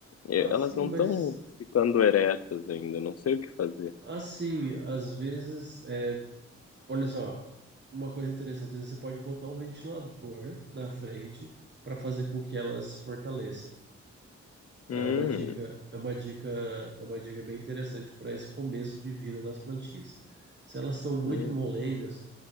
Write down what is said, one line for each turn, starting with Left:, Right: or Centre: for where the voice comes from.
Left: eh,
Right: Assim,
Left: elas não
Right: mas
Left: estão ficando eretas ainda. Não sei o que fazer.
Right: assim, às vezes, é, olha só, uma coisa interessante, às vezes você pode botar um ventilador na frente para fazer com que elas se fortaleçam. Tá?
Left: Hum,
Right: É uma dica, é uma dica, é uma dica bem interessante para esse começo de vida das plantinhas. Se elas estão muito
Left: hum.
Right: molengas,